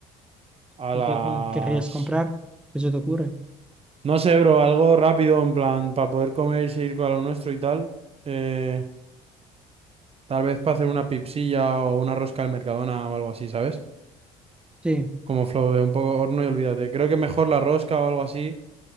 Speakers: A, on the right (about 35°); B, in the centre.
A: A
B: ¿Y
A: las.
B: qué co- querrías comprar? ¿Qué se te ocurre?
A: No sé, bro, algo rápido, en plan, para poder comer y seguir con lo nuestro y tal. Eh, tal vez para hacer una pipsilla o una rosca al Mercadona o algo así, ¿sabes?
B: Sí,
A: Como flow de un poco horno y olvídate. Creo que mejor la rosca o algo así,